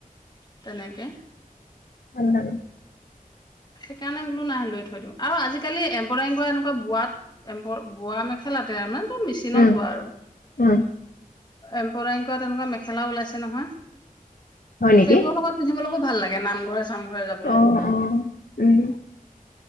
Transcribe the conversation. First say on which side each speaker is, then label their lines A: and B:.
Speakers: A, on the left; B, on the left.
A: তেনেকে
B: <unintelligible>
A: সেইকাৰণে বোলো নাই লৈ থৈ দিও, আৰু আজিকালি এমব্ৰয়ডাৰীবোৰ এনেকুৱা বোৱাত এমব্ৰ বোৱা মেখেলাতে আমা মেচিনত
B: উম
A: বোৱা আৰু
B: উম
A: এমব্ৰয়ডাৰী কৰা তেনেকুৱা মেখেলা ওলাইছে নহয়।
B: হয় নেকি
A: সেইবোৰৰ লগত পিন্ধিবলৈ ভাল লাগে নামঘৰে চা নামঘৰ যাবলে
B: অ অ উম